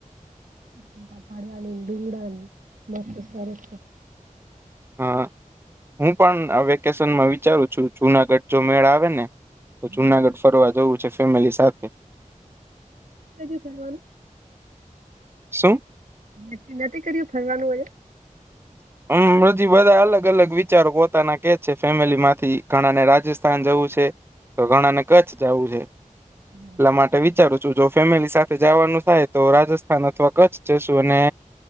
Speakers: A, on the right; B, on the right.
A: ફોટા પાડવાનીન ડુંગરા ન બધું સરસ છે.
B: હા હું પણ આ વેકેશનમાં વિચારું છું જુનાગઢ જો મેળ આવે ને. તો
A: હા
B: જુનાગઢ ફરવા જવું છે ફેમિલી સાથે.
A: કેજું ફરવાનું.
B: શું?
A: નકકી નથી કર્યું ફરવાનું હજે.
B: હમ હજી બધા અલગ અલગ વિચારો પોતાના કે છે ફેમિલીમાંથી ઘણા ને રાજશ સ્થાન જવું છે તો ઘણાને કચ્છ જાવું છે
A: બરાબર
B: એટલા માટે
A: છે
B: વિચારું જો જો ફેમિલી સાથે જાવાનું થાય તો રાજસ્થાન અથવા કચ્છ જશું અને